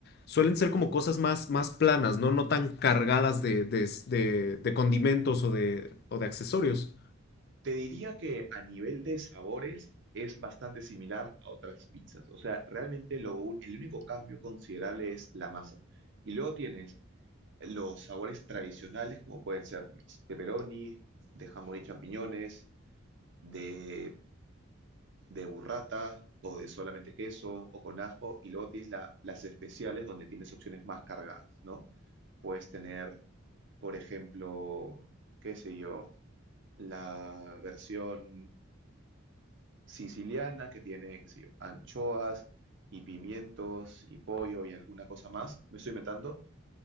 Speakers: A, on the left; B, on the right.
A: Suelen ser como cosas más, más planas, ¿no? No tan cargadas de, de, de- de condimentos o de, o de accesorios.
B: Te diría que a nivel de sabores es bastante similar a otras pizzas. O sea, realmente lo un- el único cambio considerable es la masa. Y luego tienes los sabores tradicionales, como pueden ser pues, pepperoni, de jamón y champiñones, de, de burrata o de solamente queso o con ajo. Y luego tienes la- las especiales donde tienes opciones más cargadas, ¿no? Puedes tener, por ejemplo, qué sé yo. la versión siciliana que tiene, qué sé yo, anchoas y pimientos y pollo y alguna cosa más, me estoy inventando,